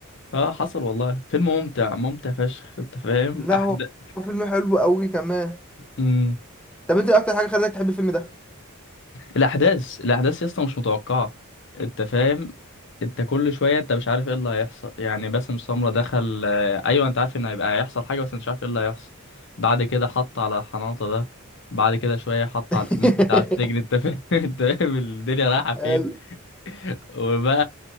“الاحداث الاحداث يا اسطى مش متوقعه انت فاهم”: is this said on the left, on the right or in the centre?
Left